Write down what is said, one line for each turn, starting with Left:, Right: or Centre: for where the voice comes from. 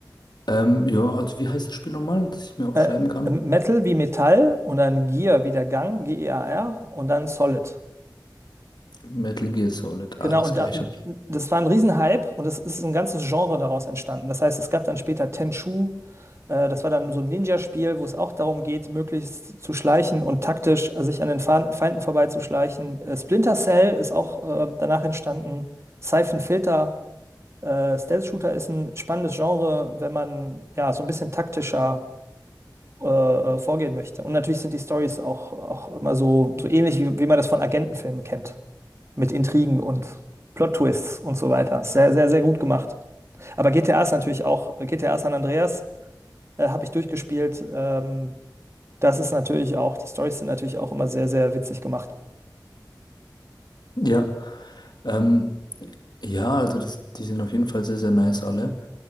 Left: Ähm, ja, also wie heißt das Spiel nochmal, dass ich mir aufschreiben
Right: äh,
Left: kann?
Right: ähm, Metal wie Metall und dann Gear wie der Gang, G-E-A-R und dann Solid.
Left: Metal Gear Solid,
Right: Genau,
Left: alles
Right: und
Left: klar,
Right: da,
Left: ich hab.
Right: das war ein Riesenhype und es ist ein ganzes Genre daraus entstanden. Das heißt, es gab dann später Tenchu, äh, das war dann so ein Ninja-Spiel, wo es auch darum geht, möglichst zu schleichen und taktisch äh, sich an den Fa- Feinden vorbeizuschleichen. Äh, Splinter Cell ist auch äh, danach entstanden. Siphon Filter Äh, Stealth-Shooter ist ein spannendes Genre, wenn man ja so ein bisschen taktischer äh, äh, vorgehen möchte. Und natürlich sind die Stories auch, auch immer so, so ähnlich, wie, wie man das von Agentenfilmen kennt. Mit Intrigen und Plot-Twists und so weiter. Sehr, sehr, sehr gut gemacht. Aber GTA ist natürlich auch, GTA San Andreas äh, habe ich durchgespielt. Ähm, das ist natürlich auch, die Stories sind natürlich auch immer sehr, sehr witzig gemacht.
Left: Ja. Ähm, ja, also das, die sind auf jeden Fall sehr, sehr nice alle.